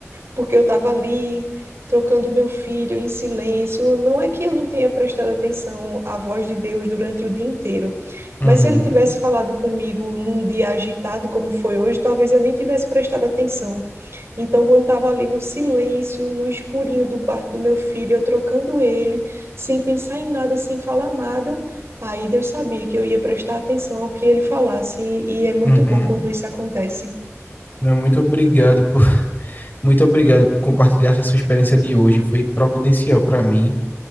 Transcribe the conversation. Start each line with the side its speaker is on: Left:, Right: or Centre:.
Right: porque eu estava ali trocando meu filho em silêncio. Não é que eu não tenha prestado atenção à voz de Deus durante o dia inteiro,
Left: uhum,
Right: mas se ele tivesse falado comigo num dia agitado como foi hoje, talvez eu nem tivesse prestado atenção. Então, quando estava ali no silêncio, no escurinho do quarto do meu filho, eu trocando ele, sem pensar em nada, sem falar nada. Aí Deus sabia que eu ia prestar atenção ao que ele falasse, e e é muito
Left: uhum.
Right: bom quando isso acontece.
Left: Não, muito obrigado por, <laughs> muito obrigado por compartilhar essa sua experiência de hoje. Foi providencial para mim.